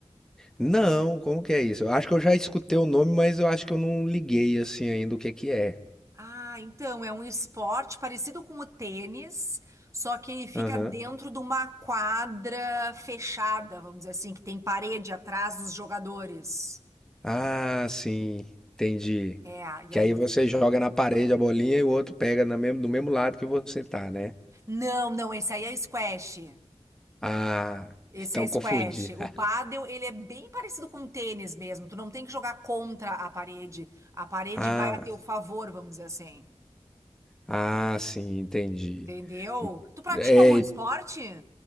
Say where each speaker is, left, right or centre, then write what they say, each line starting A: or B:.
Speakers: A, in the centre; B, on the right.
A: Não, como que é isso? Eu acho que eu já escutei o nome, mas eu acho que eu não liguei assim ainda o que que é.
B: Ah, então é um esporte parecido com o tênis, só que ele fica
A: Aham.
B: dentro de uma quadra fechada, vamos dizer assim, que tem parede atrás dos jogadores.
A: Ah, sim, entendi.
B: É, e
A: Que
B: aí...
A: aí
B: você-
A: você joga na parede a bolinha e o outro pega na mesmo- do mesmo lado que você tá, né?
B: Não, não, esse aí é squash.
A: Ah,
B: Esse
A: então
B: é squash.
A: confundi.
B: O
A: <laughs>
B: pádel, ele é bem parecido com o tênis mesmo. Tu não tem que jogar contra a parede. A parede
A: Ah,
B: vai a teu favor, vamos dizer assim.
A: ah, sim, entendi.
B: Entendeu? Tu pratica
A: É,
B: algum esporte?